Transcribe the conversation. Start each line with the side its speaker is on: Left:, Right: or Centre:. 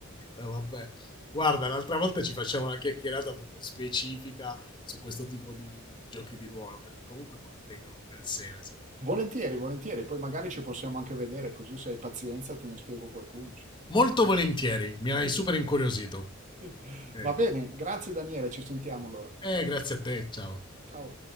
Left: No, vabbè. Guarda, un'altra volta ci facciamo una chiacchierata proprio specifica su questo tipo di, di giochi di ruolo, perché comunque contengono un bel seme, se per te.
Right: Volentieri, volentieri, poi magari ci possiamo anche vedere, così se hai pazienza te ne spiego qualcuno.
Left: Molto volentieri, mi hai
Right: insomma.
Left: super incuriosito.
Right: <laughs>
Left: Ok.
Right: Va bene, grazie Daniele, ci sentiamo allora.
Left: Eh, grazie a te, ciao.
Right: Ciao.